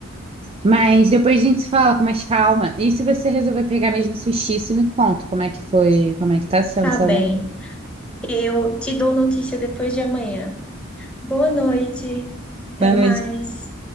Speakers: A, on the right (about 30°); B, in the centre.
A: Mas depois a gente se fala com mais calma. E se você resolver pegar mesmo sushi, você me conta como é que foi, como é que tá sendo,
B: tá
A: sabe?
B: bem. Eu te dou notícia depois de amanhã. Boa noite, até
A: Boa
B: mais.
A: noite.